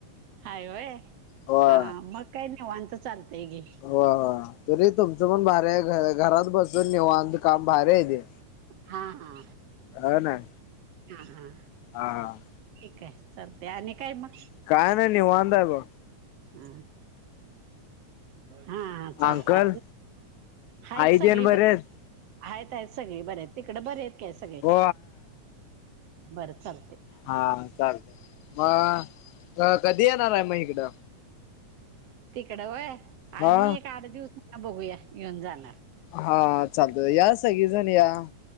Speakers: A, on the right; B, on the left.
A: हाय वय
B: होय
A: हा मग काय नाहीवत चालतंय गे.
B: हो त तुमचं पण भारी आहे घरात बसून नेऊ काम भार आहे ते
A: हा हा.
B: हो ना.
A: हा हा.
B: हा हां.
A: ठीक आहे चालते आणि काय मग
B: काय नाही नाही वाांधय.
A: हां. हा चालते
B: अंकल
A: हाच
B: आई
A: सगळी.
B: तेन बरे आहेत
A: आहेत सगळे बर आहेत तिकडं बरे आहेत कॅस
B: हो.
A: बरं चालते.
B: हा चालतय मग कधी येणार आहे मग इकडं
A: तिकड वय आणि
B: हा
A: एक आठ दिवसान बघूया येऊन जाणार
B: हा चालत या सगळीजण या